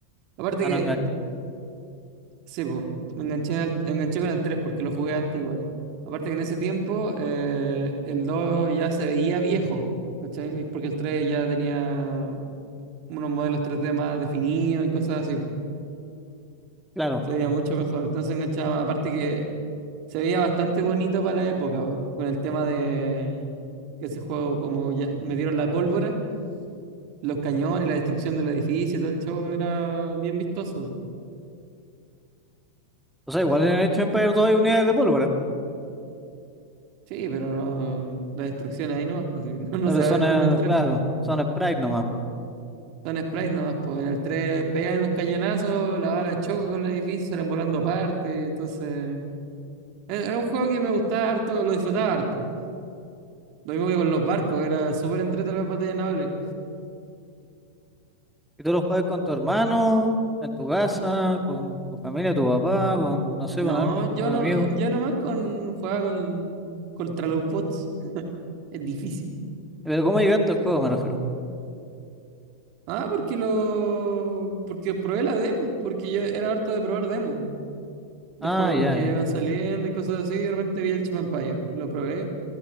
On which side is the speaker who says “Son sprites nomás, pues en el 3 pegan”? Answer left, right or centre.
Right